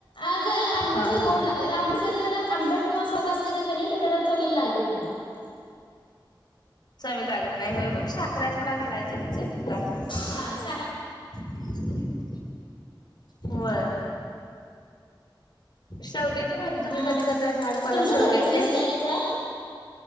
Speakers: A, on the left (about 75°); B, on the left (about 60°).
A: आज आंब
B: हा.
A: <unintelligible> गोड लागत आंबरस जर आंबट किंवा सग असले, तर कनी ते जरा चवील लागीत नाही आहो.
B: चव ही लागत नाही होय, म्हणून साखऱ्यात. थोडा घालायचा चवीपुरता.
A: हा साख
B: <inaudible> होय! शेवग्याची भाजी तुम्ही
A: म
B: कधी करताय, झाडपाला
A: तुमचं
B: शेवग्याची
A: घर कसलं स्लॅबच आहे?